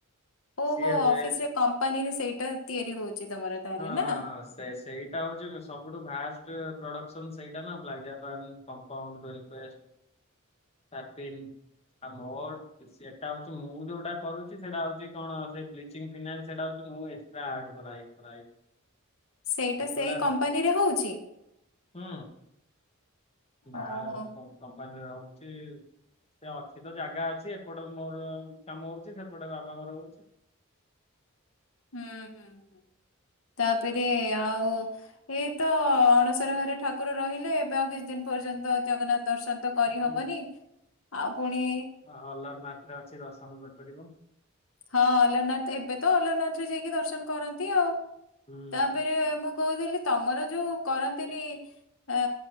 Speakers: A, on the left; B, on the left.
A: ଓହୋ
B: ସିଏ ହୁଏ।
A: ଅଫିସ ରେ କମ୍ପାନୀ ରେ ସେଇଟା ତିଆରି ହଉଛି ତମର ତାହେଲେ
B: ହଁ
A: ନା।
B: ହଁ ହଁ ସେସ୍। ସେଇଟା ହଉଛି ସବୁଠୁ ଫାଷ୍ଟ ପ୍ରଡକ୍ସନ ସେଇଟା ନା। ବ୍ଲାକ୍ଜାପାନ, କମ୍ପାଉଣ୍ଡ, ଭେଲ୍ଭେଟ୍ ତାଟିନି ଆ ମୋ ସେଟା ହଉଛି ମୁଁ ଯୋଉଟା କରୁଛି ସେଇଟା ହଉଛି କଣ ସେଇ ବ୍ଲି ଚିଂ ଫିନାଇଲ ସେଇଟା ଏଷ୍ଟା ଆଡ କରାହେଇକି କରାହେଇଛି।
A: ସେଇଟା
B: ଏଗୁଡ଼ା
A: ସେଇ କମ୍ପାନୀରେ ହଉଛି?
B: ହୁଁ। ନା
A: ଓହୋ
B: କମ୍ପା କମ୍ପାନୀର ହଉଛି। ସେ ଅଛି ତ ଜାଗା ଅଛି, ଏପଟ ମୋର କାମ ହଉଛି ସେପଟେ ବାପା ଙ୍କର ହଉଛି।
A: ହୁଁ ହୁଁ ହୁଁ ତାପରେ ଆଉ ଏଇ ତ ଅଣସର ଘରେ ଠାକୁର ରହିଲେ, ଏବେ ଆଉ କିଛି ଦିନ ପର୍ଯ୍ୟନ୍ତ ଜଗନ୍ନାଥ ଦର୍ଶନ ତ କରିହବନି,
B: ହୁଁ
A: ଆଉ ପୁଣି
B: ହଲାର ନାଥରେ ଅଛି ଦର୍ଶନ କରିପାରିବ।
A: ହଁ ଅଲରନାଥ, ଏବେ ତ ଅଲାରନାଥରେ ଯାଇକି ଦର୍ଶନ କରନ୍ତି ଆଉ।
B: ହୁଁ
A: ତା ତାପରେ ମୁଁ କହୁଥିଲି, ତମର ଯୋଉ କରନ୍ତିନି ଅ